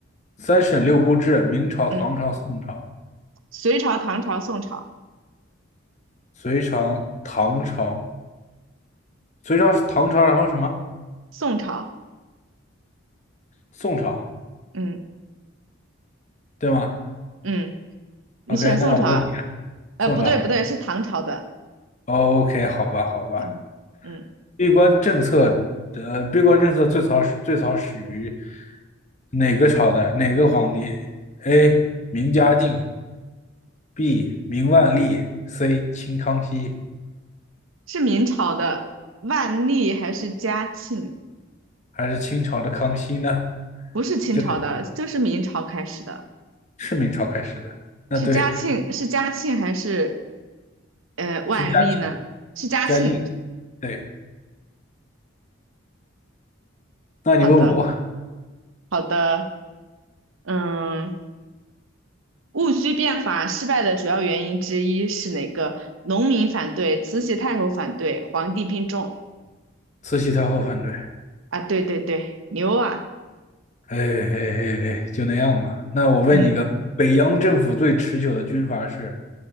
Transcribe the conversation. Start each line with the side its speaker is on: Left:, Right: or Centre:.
Left: 三省六部制，明朝、
Right: 嗯，
Left: 唐朝、宋朝、
Right: 隋朝、唐朝、宋朝，
Left: 隋朝、唐朝、隋朝、唐朝，然后什么？
Right: 宋朝。
Left: 宋朝，
Right: 嗯
Left: 对吗
Right: 嗯。你选宋朝啊
Left: ？OK，那我问你，
Right: 呃，
Left: 宋朝。
Right: 不对，不对，是唐朝的。
Left: OK，好吧，好吧。
Right: 嗯嗯，
Left: 闭关政策的闭关政策最早始最早始于哪个朝代？哪个皇帝？A. 明嘉靖，B. 明万历，C. 清康熙，
Right: 是明朝的万历还是嘉庆？
Left: 还是清朝的康熙呢？
Right: 不是清朝的，
Left: 这个
Right: 就是明朝开始的。
Left: 是明朝开始的。那对。
Right: 是嘉庆，是嘉庆还是呃万历呢？
Left: 是嘉靖，
Right: 是嘉庆。
Left: 嘉靖，对。那你问我，
Right: 好的，好的。嗯，戊戌变法失败的主要原因之一是哪个？农民反对，慈禧太后反对，皇帝病重。
Left: 慈禧太后反对，哎
Right: 啊，对对对，牛啊！
Left: 哎哎哎，就那样吧。那我问你个，
Right: 嗯，
Left: 北洋政府最持久的军阀是